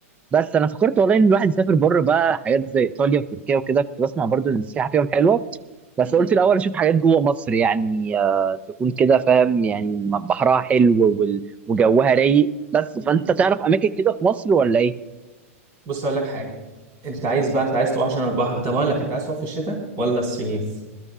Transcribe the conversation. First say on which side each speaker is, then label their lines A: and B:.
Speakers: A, on the right; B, on the right.
A: بس انا فكرت والله ان الواحد يسافر بره بقى حاجات زي ايطاليا وتركيا وكده كنت بسمع برضو ان السياحه فيهم حلوه بس
B: م-م.
A: قلت الاول اشوف حاجات جوه مصر يعني آه، تكون كده فاهم يعني م- بحرها حلو وال- وجوها رايق بس
B: م-م.
A: فانت تعرف اماكن كده في مصر ولا ايه
B: بص اقول لك حاجه انت عايز بقى انت عايز تروح عشان البحر طب اقول لك انت عايز تروح في الشتاء ولا الصيف